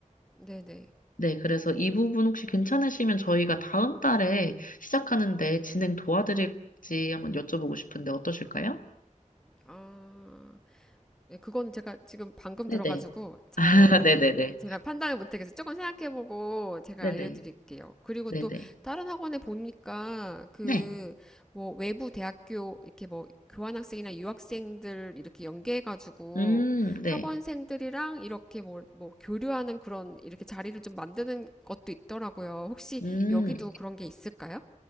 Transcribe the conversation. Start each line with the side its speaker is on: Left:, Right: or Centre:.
Centre: 네네.
Left: 네, 그래서 이 부분 혹시 괜찮으시면 저희가 다음 달에 시작하는데 진행 도와드릴지 한번 여쭤보고 싶은데 어떠실까요?
Centre: 아. 예, 그거는 제가 지금 방금
Left: 네네.
Centre: 들어가지고 잘
Left: 아, <laughs> 네네네.
Centre: 제가 판단을 못하겠어요. 조금 생각해보고 제가
Left: 네네.
Centre: 알려드릴게요. 그리고
Left: 네네.
Centre: 또 다른 학원에 보니까 그
Left: 네.
Centre: 뭐 외부 대학교 이렇게 뭐 교환학생이나 유학생들 이렇게 연계해가지고
Left: 음, 네.
Centre: 학원생들이랑 이렇게 뭐, 뭐 교류하는 그런 이렇게 자리를 좀 만드는 것도 있더라고요. 혹시
Left: 음,
Centre: 여기도 그런 게 있을까요?